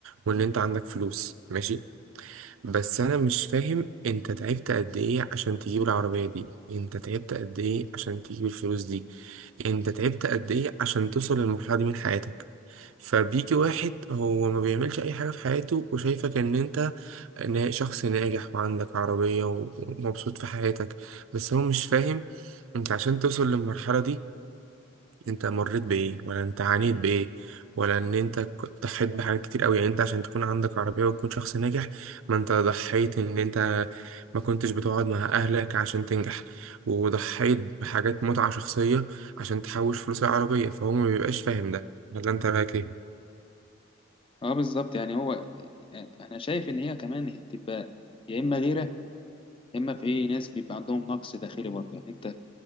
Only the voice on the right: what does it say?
وان انت عندك فلوس ماشي بس انا مش فاهم انت تعبت قد ايه عشان تجيب العربية دي انت تعبت قد ايه عشان تجيب الفلوس دي انت تعبت قد ايه عشان توصل للمرحلة دي من حياتك فبيجي واحد هو ما بيعملش اي حاجة في حياته وشايفك ان انت نا- شخص ناجح وعندك عربية و- ومبسوط في حياتك بس هو مش فاهم انت عشان توصل للمرحلة دي انت مريت بإيه ولا انت عانيت بإيه ولا ان انت ك- ضحيت بحاجات كتير قوي يعني انت عشان تكون عندك عربية وتكون شخص ناجح ما انت ضحيت ان انت ما كنتش بتقعد مع اهلك عشان تنجح وضحيت بحاجات متعة شخصية عشان تحوش فلوس العربية فهو ما بيبقاش فاهم ده ولا انت رايك ايه